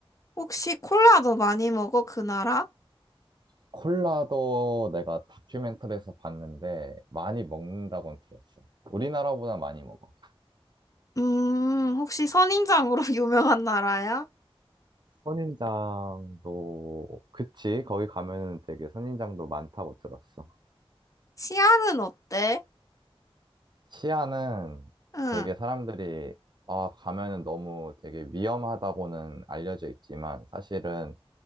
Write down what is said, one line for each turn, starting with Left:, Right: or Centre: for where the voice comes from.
Left: 혹시 콜라도 많이 먹어? 그 나라?
Right: 콜라도 내가 다큐멘터리에서 봤는데, 많이 먹는다고는 들었어. 우리나라보다 많이 먹어.
Left: 음, 혹시 선인장으로 <laughs> 유명한 나라야?
Right: 선인장도, 그치? 거기 가면은 되게 선인장도 많다고 들었어.
Left: 치안은 어때?
Right: 시아는
Left: 응,
Right: 되게 사람들이 아, 가면은 너무 되게 위험하다고는 알려져 있지만 사실은